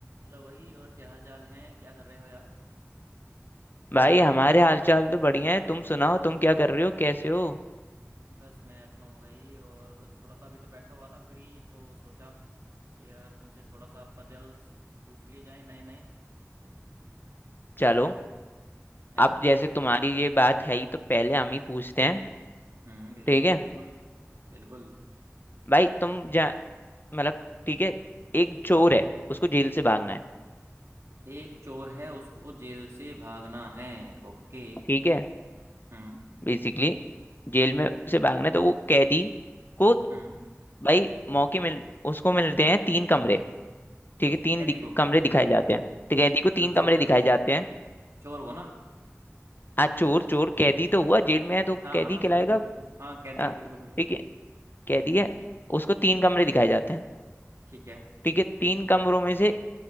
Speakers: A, on the right; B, on the left.
A: हेलो भाई और क्या हाल चाल हैं क्या कर रहे हो यार
B: भाई हमारे हालचाल तो बढ़िया है तुम सुनाओ तुम क्या कर रहे हो कैसे हो
A: बस मैं अच्छा हूँ भाई और बस थोड़ा सा अभी तो बैठा हुआ था फ्री तो सोचा कि यार तुमसे थोड़ा सा पजल्स पूछ लिए जाएं नए नए
B: चलो
A: है ना
B: अब जैसे तुम्हारी ये बात है ही तो पहले हम ही पूछते हैं
A: हम्म बिल्कुल
B: ठीक
A: भाई
B: है
A: बिल्कुल बिल्कुल
B: भाई तुम जा मतलब ठीक है एक चोर है उसको जेल से भागना है
A: एक चोर है उसको जेल से भागना है ओके
B: ठीक है
A: हम्म
B: बेसिकली जेल में से भागना है तो वो कैदी को
A: हम्म
B: भाई मौके मिल उसको मिलते हैं तीन कमरे ठीक है तीन
A: कैदी
B: दि,
A: को
B: कमरे दिखाए जाते हैं तो कैदी को
A: मतलब
B: तीन
A: चोर
B: कमरे दिखाए जाते हैं
A: चोर को ना
B: आज चोर चोर कैदी तो हुआ जेल में है तो
A: हाँ
B: कैदी
A: हाँ
B: कहलाएगा
A: बिल्कुल बिल्कुल हाँ कैदी
B: हाँ,
A: है बिल्कुल बिल्कुल
B: ठीक है कह
A: हम्म
B: दिए उसको तीन कमरे दिखाए जाते हैं
A: ठीक है
B: ठीक है तीन कमरों में से